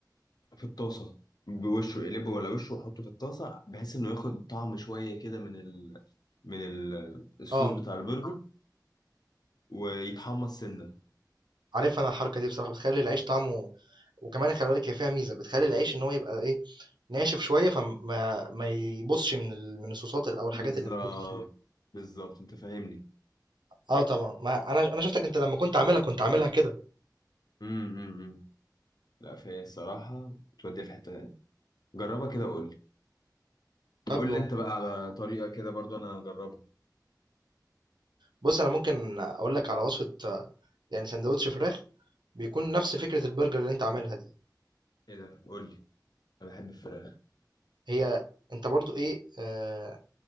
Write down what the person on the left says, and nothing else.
في الطاسة بوشه اقلبه ولا وشه وحطه في الطاسة بحيث انه ياخد طعم شوية كده من ال من ال- الصوص
بتاع البرجر ويتحمص سنة
بالظبط
بالظبط انت فاهمني
امم أمم، أمم. لا فهي الصراحة بتوديها في حتة تانية جربها كده وقول لي
قول لي انت بقى على طريقة كده برضو انا هجربها
ايه ده قول لي انا بحب الفراخ